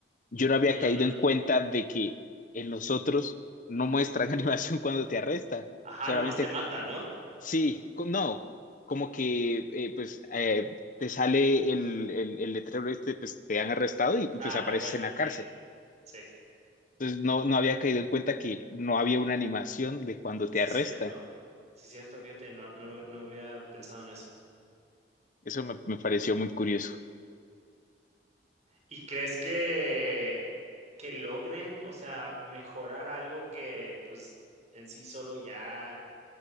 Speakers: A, on the left; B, on the right.
A: yo no había
B: Mm,
A: caído en cuenta de que en los otros no muestran <laughs> animación cuando te arrestan.
B: ajá,
A: Solamente,
B: nomás te matan, ¿no?
A: sí, co- no, como que eh, pues eh, te sale el, el, el letrero este, pues te han arrestado y, y,
B: Ah,
A: pues apareces
B: The Arrested,
A: en la
B: sí,
A: cárcel.
B: sí,
A: Entonces no, no había caído en cuenta que no había una animación de cuando te
B: sí,
A: arrestan.
B: cierto. Sí, cierto, fíjate, no, no, no había pensado en eso.
A: Eso me, me pareció muy curioso.
B: ¿Y crees que, que logren, o sea, mejorar algo que, pues, en sí solo ya